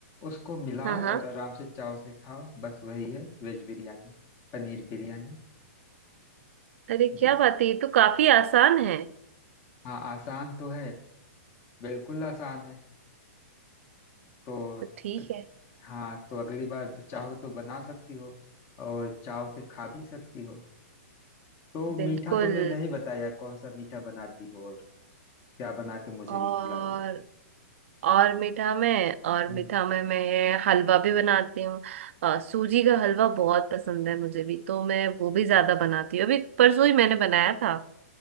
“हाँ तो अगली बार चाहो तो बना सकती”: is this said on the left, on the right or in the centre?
Left